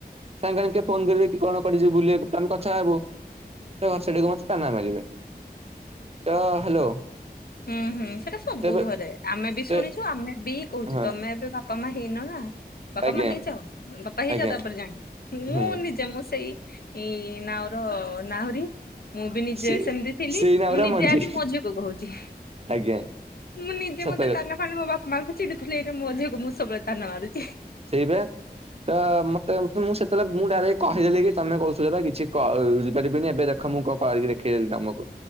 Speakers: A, on the right (about 35°); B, on the left (about 65°).
A: ସାଙ୍ଗମାନେ କିଏ ଫୋନ କରିବେ କି କଣ କୁଆଡ଼େ ଯିବୁ ବୁଲିଆକୁ ଆମେ କଥା ହବୁ ତ ଘର ସେଠିକୁ ମତେ ତାନା ମାରିବେ ତ ହ୍ୟାଲୋ।
B: ହୁଁ ହୁଁ ସେଟା ସବୁ
A: ତେବେ
B: ଘରେ ଆମେ ବି
A: ତେ
B: ଶୁଣିଛୁ ଆମେ ବି କହୁଛୁ
A: ହଁ
B: ତମେ ଏବେ ବାପା ବାପା ମା ହେଇନ ନା ବାପା
A: ଆଜ୍ଞା
B: ମା ହେଇଛ ବାପା ହେଇଯ
A: ଆଜ୍ଞା
B: ତାପରେ ଜାଣିନ ମୁଁ
A: ହୁଁ
B: ନିଜେ ମୁଁ ସେଇ ଏଇ ନାଉ ର ନାହୁରୀ। ମୁଁ ବି ନିଜେ
A: ସେ
B: ସେମିତି ଥିଲି
A: ସେଇ ନାଉରା
B: ମୁଁ ନିଜେ
A: ମଞ୍ଜି
B: ଆଜି ମଝିକୁ କହୁଛି।
A: ଆଜ୍ଞା
B: ମୁଁ ନିଜେ
A: ସତ
B: ମୋତେ ତାନା ଫାନ ମୋ ବାପା ମାଙ୍କୁ ଚଡୁଥିଲ ଏଇ ମୋ ଝିଅକୁ ମୁଁ ସବୁଳ ତାନା ମାରୁଛିି।
A: ସେଇବେ ତ ମତେ ମୁଁ ସେତ ତାଲେ ମୁଁ ଡାଇରେକ୍ଟ କହିଦେଲି, କି ତମେ କହୁ ବା କିଛି ବୁଝିପାରିବିନି ଏବେ ଦେଖ ମୁଁ କଣ କରିକି ଦେଖେଇଦେଲି ତମକୁ।